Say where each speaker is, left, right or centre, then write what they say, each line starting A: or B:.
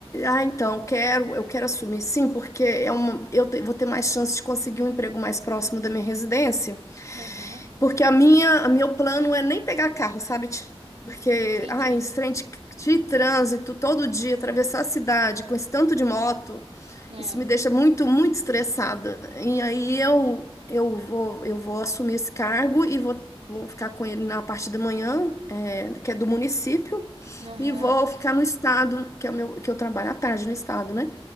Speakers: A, on the left (about 30°); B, on the right (about 90°).
A: Ah, então, quero, eu quero assumir sim, porque é uma, eu te- vou ter mais chance de conseguir um emprego mais próximo da minha residência.
B: Aham,
A: Porque a minha, a meu plano é nem pegar carro, sabe? Ti? Porque,
B: entendi.
A: ai, esse trem de, de trânsito todo dia, atravessar a cidade com esse tanto de moto,
B: É.
A: isso me deixa muito, muito estressada. E aí eu, eu vou, eu vou assumir esse cargo e vou, vou ficar com ele na parte da manhã, é, que é do município,
B: Aham.
A: e vou ficar no estado, que é o meu, que eu trabalho à tarde no estado, né?